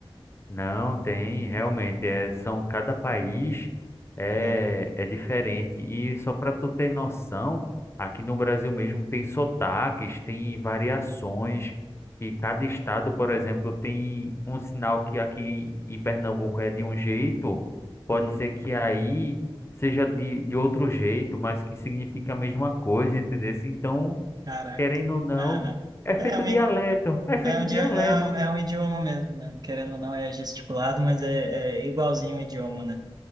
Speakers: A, on the left (about 25°); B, on the right (about 45°).
A: Não tem, realmente, é, são cada país é,
B: né?
A: é diferente. E só para tu ter noção, aqui no Brasil mesmo tem sotaques, tem variações, e cada estado, por exemplo, tem um sinal que aqui em Pernambuco é de um jeito, pode
B: Hum,
A: ser que aí seja de, de outro jeito, mas que significa a mesma coisa, entendeu? Então,
B: Caraca.
A: querendo ou não,
B: Ah, né?
A: é feito
B: É é um,
A: dialeto,
B: i-
A: é feito
B: é um, idi-
A: dialeto.
B: é um, é um idioma mesmo, né? Querendo ou não, é gesticulado, mas é, é igualzinho o idioma, né?